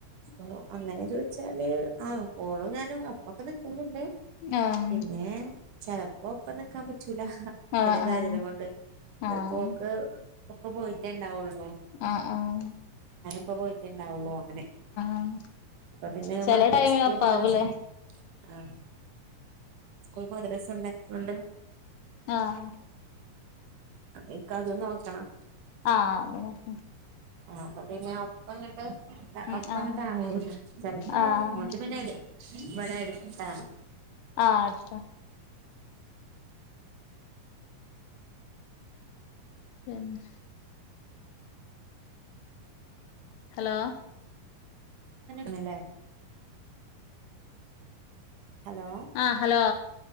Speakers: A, on the right; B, on the left.
A: അപ്പ അങ്ങനെ ചോദിച്ചാല് ആ ഓളും ഞാനും അപ്പൊക്കെ നിക്കലണ്ട്. പിന്നെ
B: ആഹ്
A: ചിലപ്പോപ്പന്നൊക്കാൻ പ ചൂല ച
B: ആഹ്
A: സ സാഹചം
B: ആഹ്
A: കൊണ്ട് ചിലപ്പോക്ക്
B: ആഹ്
A: ഒക്കെ പോയിട്ടേ ഒണ്ടാവുള്ളൂ.
B: ആഹ് ആഹ്
A: ഒക്കെ പോയിട്ടുണ്ടാവുള്ളോ? അ
B: ആഹ്
A: അപ്പൊ പിന്നെ
B: ചെല
A: മ
B: ടൈമില്
A: സ്കൂള്
B: ഒപ്പാവൂലേ
A: മദരസ ആ സ്കൂൾ മദ്രസ ഉണ്ടാക്കട്ടുണ്ട്.
B: ആഹ്
A: എക്ക അത നോക്കണം.
B: ആഹ് അതെ.
A: ആ അപ്പൊ പിന്നെ ഒപ്പ ഇങ്ങട്ട്
B: ഉം
A: ഒപ്പങ്ങോട്ട
B: ആഹ്
A: ആല്ല ചിലപ്പ ആവും
B: ആഹ്
A: മോട്ട പിന്നെല്ല ഇവിടെ എടുക്ക
B: ആഹ് അത. പിന്നെ ഹലോ?
A: ല്ലേ ഹലോ
B: ആഹ് ഹലോ?